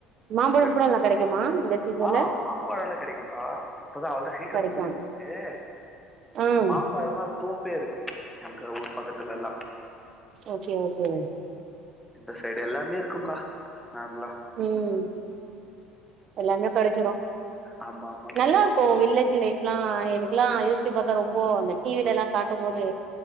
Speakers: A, on the right; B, in the centre.
A: மாம்பழம்
B: கெடைச்சிரு
A: கூட எல்லாம் கிடைக்குமா இந்த சீசன்ல
B: ஆ மாம்பழம் எல்லாம் கிடைக்கும்கா இப்பதான் அவளதான் சீசன்
A: கெடைக்கு
B: முடிய போது
A: ம்
B: மாம்பழல்லாம் தோப்பே இருக்கு எங்க ஊர் பக்கத்துல எல்லாம்
A: ஓகே ஓகே
B: இந்த சைடு எல்லாமே இருக்கும்கா நார்மலா
A: ம் எல்லாமே கெடிச்சிறு
B: ஆமா ஆமாக்கா
A: நல்லா இப்போ வில்லேஜ் லைஃப்ல்லாம் எனக்கு எல்லாம் யோசி பாத்தா ரொம்போ அந்த டிவிலல்லாம் காட்டும் போது